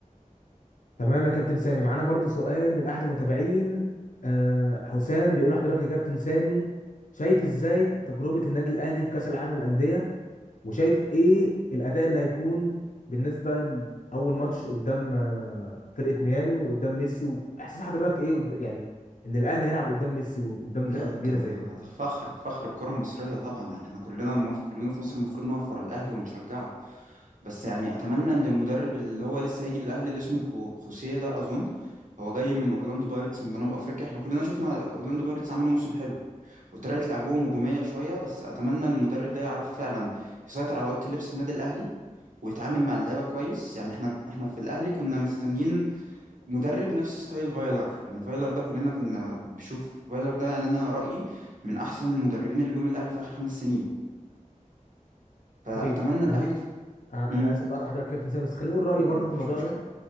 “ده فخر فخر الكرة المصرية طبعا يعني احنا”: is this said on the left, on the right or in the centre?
Right